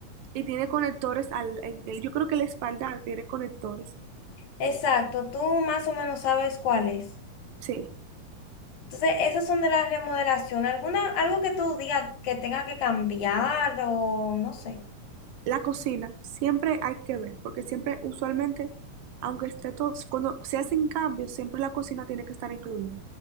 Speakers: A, on the right; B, on the left.
A: Y tiene conectores al, en el- yo creo que la espalda tiene conectores.
B: Exacto, tú más o menos sabes cuál es.
A: Sí,
B: Entonces, esas son de las remodelaciones. ¿Alguna, algo que tú digas que tenga que cambiar o no sé?
A: la cocina, siempre hay que ver, porque siempre, usualmente, aunque esté todo, cuando se hacen cambios, siempre la cocina tiene que estar incluida.